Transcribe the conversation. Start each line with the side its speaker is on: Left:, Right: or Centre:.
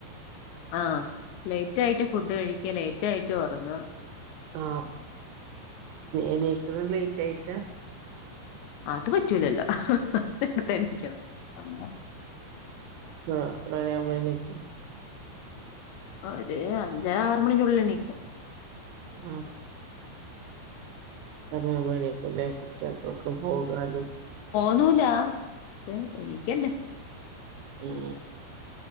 Left: ആ ലൈറ്റ് ആയിട്ട് ഫുഡ് കഴിക്ക ലൈറ്റ് ആയിട്ട് ഒറങ്ങ
Right: ആ എനീക്ക്ണ ലൈറ്റ് ആയിട്ടാ
Left: അത് പറ്റൂലല്ലോ <unintelligible>
Right: ആ എത്ര മണി ആവുമ്പ എനിക്കും
Left: ഒര് അഞ്ചര ആറ് മണിന്റെ ഉള്ളില് എണിക്കും
Right: ആ <unintelligible> കുട്ടിയെൾക്കൊക്കെ പോകാനും
Left: ഒന്നൂല പക്ഷെ എണീക്കന്നെ
Right: ഉം